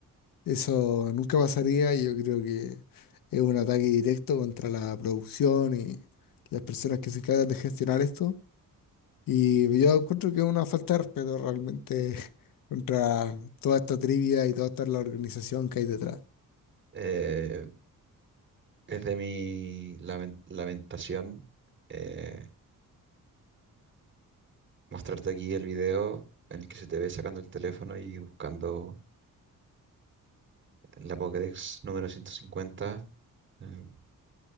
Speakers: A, on the left; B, on the right.
A: Eso nunca pasaría. y Yo creo que es un ataque directo contra la producción y las personas que se encargan de gestionar esto. Y yo encuentro que es una falta de respeto realmente <laughs> contra toda esta trivia y toda esta la organización que hay detrás.
B: Eh, es de mi lamen- lamentación eh, mostrarte aquí el video en el que se te ve sacando el teléfono y buscando en la Pokédex número 150. Eh,